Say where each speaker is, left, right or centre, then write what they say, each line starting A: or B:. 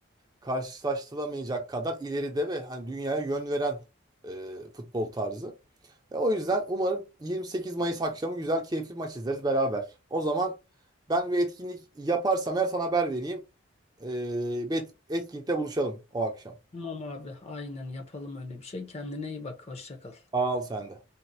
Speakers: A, on the right; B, on the left.
A: karşılaştırılamayacak kadar ileride ve hani dünyaya yön veren e, futbol tarzı. Ve o yüzden umarım 28 Mayıs akşamı güzel, keyifli bir maç izleriz beraber. O zaman ben bir etkinlik yaparsam eğer sana haber vereyim. Ee, bir etkinlikte buluşalım o akşam.
B: Tamam abi aynen yapalım öyle bir şey. Kendine iyi bak. Hoşça kal.
A: Al sen de.